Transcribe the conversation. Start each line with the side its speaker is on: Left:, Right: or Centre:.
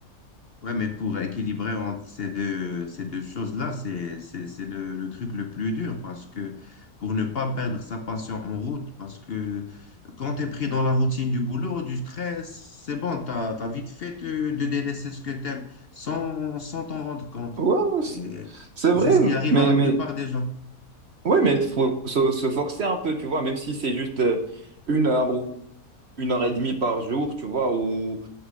Left: Ouais, mais pour équilibrer entre ces deux, ces deux choses-là, c'est, c'est, c'est le, le truc le plus dur parce que pour ne pas perdre sa passion en route, parce que quand tu es pris dans la routine du boulot, du stress, c'est bon, tu as, vite fait de, de délaisser ce que tu aimes sans, sans t'en rendre compte.
Right: Ouais, ouais, c-
Left: Et
Right: c'est vrai,
Left: C'est ce qui arrive
Right: mais,
Left: à la
Right: mais,
Left: plupart des gens.
Right: ouais, mais faut se, se forcer un peu, tu vois, même si c'est juste euh, une heure ou une heure et demie par jour, tu vois, ou,